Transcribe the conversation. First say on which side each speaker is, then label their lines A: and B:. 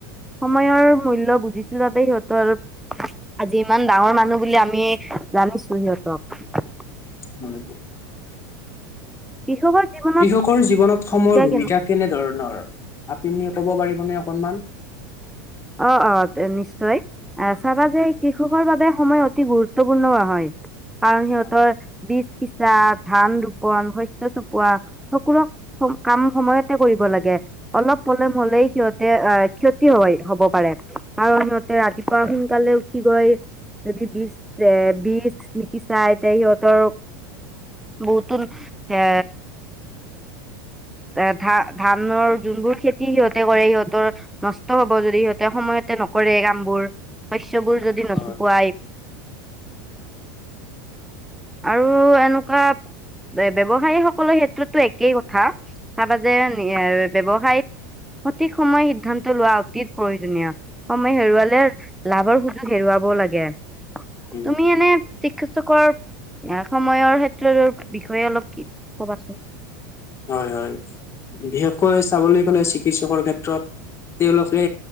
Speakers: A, in the centre; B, on the left.
A: সময়ৰ মূল্য বুজিছিল বাবে সিহঁতৰ আজি ইমান ডাঙৰ মানুহ বুলি আমি জানিছো। সিহঁত তাত
B: হয়।
A: কৃষকৰ জীৱনত
B: কৃষকৰ জীৱনত সময়ৰ ভূমিকা
A: কেনে
B: কেনেধৰণৰ? আপুনি ক'ব পাৰিবনে অকনমান?
A: অ-অ, নিশ্চয়। আহ চাবা যে কৃষকৰ বাবে সময় অতি গুৰুত্বপূৰ্ণ হয়। কাৰণ সিহঁতৰ
B: হয়।
A: বিচ সিচা, ধান ৰোপন, শস্য চপোৱা সকলো কাম সময়তে কৰিব লাগে। অলপ পলেম হলেই সিহঁতে অ ক্ষতি হয়। হব পাৰে আৰু সিহঁতে ৰাতিপুৱা সোনকালে উঠি গৈ যদি বিছ এ বিছ নিশিচায় তে সিহঁতৰ বহুতো সে এ ধান ধানৰ যোনবোৰ খেতি সিহঁতে কৰে সিহঁতৰ নষ্ট হ ব যদি সিহঁতে সময়তে নকৰে কাম বোৰ। শস্যবোৰ যদি নচুপোৱাই
B: হয়
A: আৰু এনেকুৱা ব্যৱসায়ী সকলৰ ক্ষেত্ৰতো একেই কথা। চাবা যে এ ব্যৱসাইত সঠিক সময় সিদ্ধান্ত লোৱা অতীত প্ৰয়োজনীয় সময় হেৰুৱালে লাভৰ সুযোগ হেৰুৱাব লাগে।
B: উম
A: তুমি এনে <unintelligible> সময়ৰ ক্ষেত্ৰতো বিষয়ে অলপ কি কবাচোন?
B: হয়- হয় বিশেষকৈ চাবলৈ গ'লে চিকিৎসকৰ ক্ষেত্ৰত তেওঁলোকে